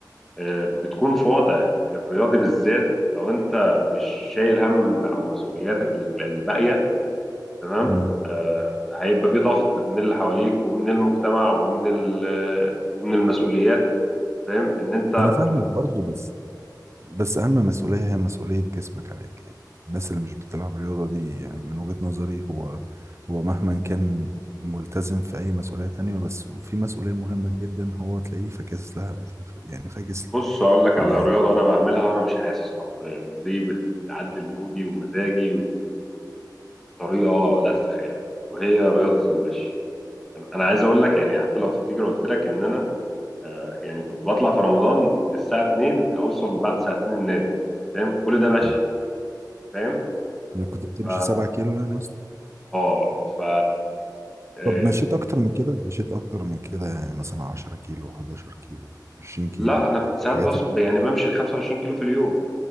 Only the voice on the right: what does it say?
مم.
انا فاهمك برضه بس بس اهم مسؤوليه هي مسؤوليه جسمك عليك يعني الناس اللي مش بتلعب رياضه دي يعني من وجهه نظري هو هو مهما كان ملتزم في اي مسؤوليه تانية بس وفي مسؤوليه مهمه جدا هو تلاقيه فاكس لها ف- ف- يعني فاكس
ل
م.
كنت بتمشي
7 كيلو يعني يا اسطى
طب مشيت اكتر من كده مشيت اكتر من كده يعني مثلا 10 كيلو 11 كيلو 20 كيلو
الحاجات
ال